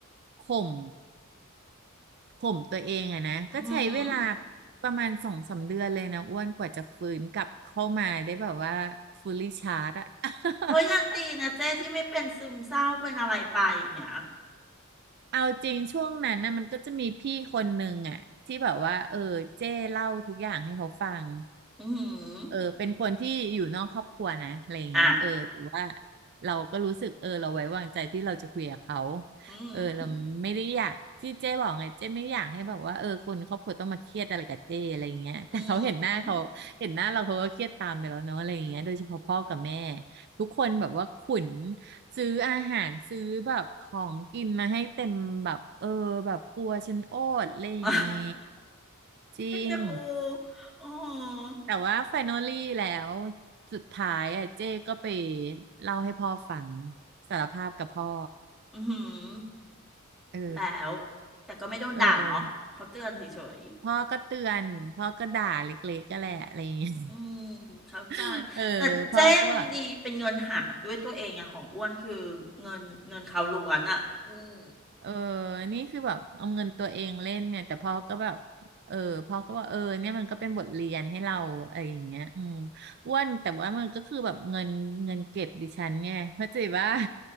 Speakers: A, on the right; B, in the centre.
A: ข่ม ผมตัวเองอะนะก็ใช้เวลา
B: อืม
A: ประมาณสองสามเดือนเลยนะอ้วนกว่าจะฟื้นกลับเข้ามาได้แบบว่า fully charge อะ <laughs>
B: ก็ยังดีนะเจ้ที่ไม่เป็นซึมเศร้าเป็นอะไรไปอย่างเงี้ย
A: เอาจริงช่วงนั้นนะมันก็จะมีพี่คนหนึ่งอะที่แบบว่าเออเจ้เล่าทุกอย่างให้เขาฟัง
B: อืม
A: เออเป็นคนที่อยู่นอกครอบครัวนะอะไรอย่างเงี้ยเออแต่ว่า
B: อ่ะ
A: เราก็รู้สึกเออเราไว้วางใจที่เราจะคุยกับเขา
B: อืม
A: เออเราไม่ได้อยากที่เจ้บอกไงเจ้ไม่อยากให้แบบว่าเออคนครอบครัวต้องมาเครียดอะไรกับเจ้อะไรอย่างเงี้ยแต่เขาเห็นหน้าเขาเห็นหน้าเราเขาก็เครียดตามไปแล้วเนาะอะไรอย่างเงี้ยโดยเฉพาะพ่อกับแม่
B: อืม
A: ทุกคนแบบว่าขุนซื้ออาหารซื้อแบบของกินมาให้เต็มแบบเออแบบกลัวฉันโอดอะไรอย่างงี้
B: <laughs>
A: จริง
B: เอ็นดูโอ้โ
A: แต่ว่าแฟนอลลี่แล้วสุดท้ายอ่ะเจ้ก็ไปเล่าให้พ่อฟังสารภาพกับพ่อ
B: อืม
A: เออ
B: แล้วแต่ก็ไม่โดนด่าเนาะเขาเตือนเฉย
A: เออพ่อก็เตือนพ่อก็ด่าเล็กๆก็แหละอะไรอย่างเงี้ย
B: อืมเข้าใจ
A: <laughs> เออพ่อก็บอก
B: แต่เจ๊ยังดีเป็นเงินหาด้วยตัวเองอะของอ้วนคือเงินเงินเขาล้วนอะอืม
A: เออนี่คือแบบเอาเงินตัวเองเล่นเนี่ยแต่พ่อก็แบบเออพ่อก็ว่าเออเนี่ยมันก็เป็นบทเรียนให้เราอะไรอย่างเงี้ยอืมอ้วนแต่ว่ามันก็คือแบบเงินเงินเก็บดิฉันเนี่ย <laughs> เข้าใจว่า